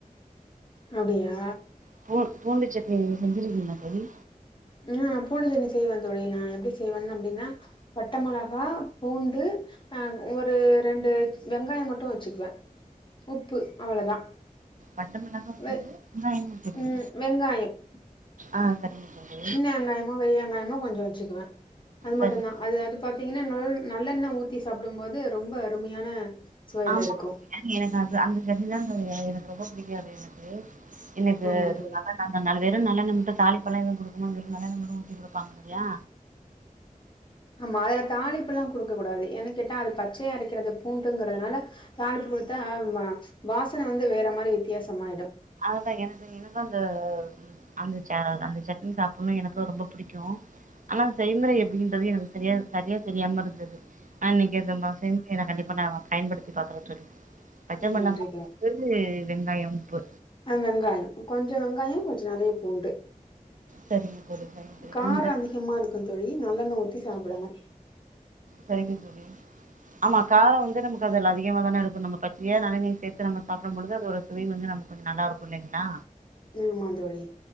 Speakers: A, on the left (about 35°); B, on the right (about 65°).
A: அப்டியா
B: ப்பூ பூண்டு சட்னி செஞ்சுருக்கீங்களா தோழி
A: ம் பூண்டு செட்னி செய்வே தோழி நா எப்படி செய்வே அப்டின்னா பட்ட மிளகா பூண்டு ஆ ஒரு ரெண்டு வெங்காயோ மட்டூ வெச்சுக்குவே உப்பு அவ்ளே தா
B: பட்ட மிளகா
A: வெ
B: பூண்டு வெங்காயம் சட்னி
A: ம் வெங்காயம்
B: ஆ <unintelligible> பூண்டு
A: சின்ன வெங்காயமோ பெரிய வெங்காயமோ கொஞ்சொ வெச்சுக்குவே அது
B: சரி
A: மட்டும்தா அது அது பாத்தீங்கன்னா நெல் நல்லெண்ண ஊத்தி சாப்பிடும்போது ரொம்ப அருமையான சுவையில
B: ஆமா
A: இருக்கூ
B: எனக்கு அந் அந்த சட்னிதா தோழி எனக்கு ரொம்ப பிடிக்கூ அது எனக்கு எனக்கு
A: ஆமா தோழி
B: அது நல்லா இருக் அந்த நல் வெறூ நல்லெண்ண மட்டூ தாலிப் பெலாம் எதுவூ குடுக்க மாட்டாங்க வெறூ நல்லெண்ண மட்டூ ஊத்தி குடுப்பாங்க இல்லையா
A: ஆமா அதுல தாலிப்புல்லா கொடுக்க கூடாது ஏன்ன கேட்டா அது பச்சய அரக்கிறது பூண்டுங்கிறதுனால தாளிப்பு கொடுத்தா வா வாசனை வந்து வேற மாதிரி வித்தியாசொ மாயிடூ
B: அததா எனக்கு எனக்கு அந்த அந்த சேனல் அந்த சட்னி சாப்பிடணூ எனக்கு ரொம்ப பிடிக்கூ ஆனா செய்முறை எப்படின்றது எனக்கு சரியா சரியா தெரியாம இருந்தது ஆ இன்னிக்கு நம்ம செய்சூ கண்டிப்பா நா பயன்படுத்தி பாக்குறோ தோழி பச்சை
A: ம்
B: மிளகா
A: நன்றி
B: வந்து இது இல்லனா ஏ உப்பு
A: அ வெங்காயம் கொஞ்சொ வெங்காயோ கொஞ்சொ நெறய பூண்டு
B: சரிங்க தோழி சரிங்க தோழி
A: காரம்
B: இந்த
A: அதிகமா இருக்கூ தோழி நல்லெண்ண ஊத்தி சாப்பிடனூ
B: சரிங்க தோழி ஆமா காரம் வந்து நமக்கு அதல அதிகமா தானே இருக்கூ நம் பச்சயா நறய நீ சேர்த்து நம்ம சாப்பிடும் பொழுது அது ஒரு சுவை வந்து நம்ப நல்லா இருக்கூ இல்லிங்களா
A: ம் ஆமா தோழி